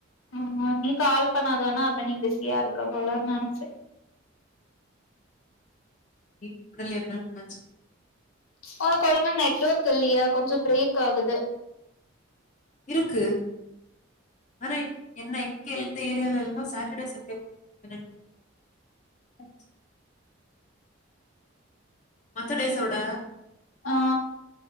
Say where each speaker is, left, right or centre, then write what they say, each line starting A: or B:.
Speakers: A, on the left; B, on the left.
A: ஆமா நீ கால் பண்ணாதோனா அப்ப நீ பிஸியா இருக்க போலானு நெனைச்ச
B: நீ உடல் எவ நச்சு
A: உனக்கொழங்கா நெட்ஒர்க் இல்லையா கொஞ்ச பிரேக் ஆகுது
B: இருக்கு ஆனா என்ன இங்க எந்த ஏரியால இல்லாம சாட்டர்டே சண்டே என <unintelligible> மத்த டேஸோட
A: ஆ